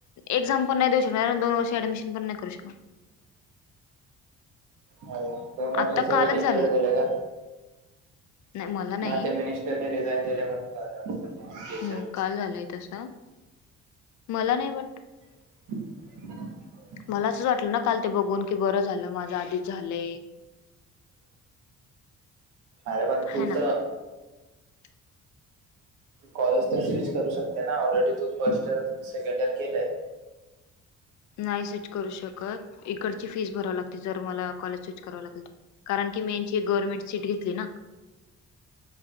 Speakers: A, on the left; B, on the right.
A: एक्झाम पण नाही देऊ शकणार कारण दोन वर्ष ऍडमिशन पण नाही करू शकणार
B: हॅलो!.. दोन वर्षाच
A: आता कालच
B: वेटिंग
A: झाले
B: पिरियड दिलंय का?
A: नाही मला नाही
B: हा ते मिनिस्टर रिझाईन केले म्हणून
A: हम्म
B: <inaudible>
A: काल झालंय तसं? मला नाही बघ
B: ह <inaudible>
A: मला असंच वाटलं ना काल ते बघून की बरं झालं माझं आधीच झालंय.
B: अरे.. पण तूट
A: है ना <inaudible>
B: कॉलेज तर स्विच करू शकते ना ऑलरेडी तू फर्स्ट इयर, सेकंड इयर केलंय.
A: नाही स्विच करू शकत इकडची फीस भराव लागते जर मला कॉलेज स्विच कराव लागल. आणखीन मेनची गव्हर्मेंट सीट घेतली ना